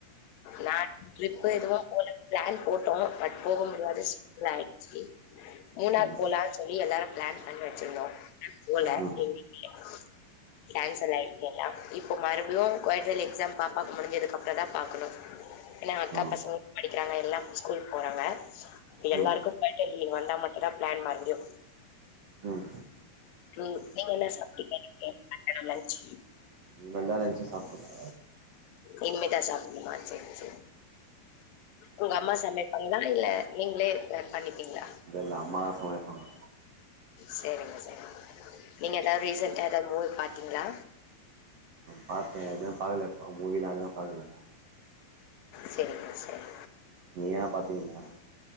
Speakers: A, on the left (about 75°); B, on the right (about 80°).
A: நா ட்ரிப் எதுவு போல பிளான் போட்டோ பட் போக முடியாத சூழ்நில ஆயிடுச்சு மூணார்
B: ம்
A: போலான்னு சொல்லி எல்லாரு பிளான் பண்ணி வச்சிருந்தோ போல
B: ம்
A: எ வீட்ல கேன்சல் ஆயிட்டு எல்லா இப்ப மறுபடியு குவாட்டலி எக்ஸாம் பாப்பாக்கு முடிஞ்சதுக்கு அப்பறந்தா பாக்குணு ஏன்னா அக்கா
B: ஆ
A: பசங்க படிக்கிறாங்க எல்லா இப்ப ஸ்கூல்க்கு போறாங்க
B: ம்
A: எல்லாருக்கு குவாட்ர்லி லீவ் வந்தா மட்டுதா பிளான் மறுபடியு,
B: ம்
A: நீ நீங்க என்ன சாப்டிங்க இன்னைக்கி மதியானம் லஞ்ச்
B: இனிமேதா லஞ்ச் சாப்புட்னு
A: இனிமேதா சாப்புட்னுமா செரி செரி உங்க அம்மா சமைப்பாங்களா இல்ல நீங்களே எதா பண்ணிப்பீங்களா
B: இல்ல இல்ல அம்மா தா சமைப்பாங்க
A: செரிங்க செரி நீங்க ஏதாவது ரிசெண்டா ஏதாவது மூவி பாத்தீங்ளா?
B: பாத்த எதுவு பாக்கல இப்ப மூவில எது பாக்கல
A: செரிங்க செரி
B: நீங்க எதா பாத்தீங்கங்ளா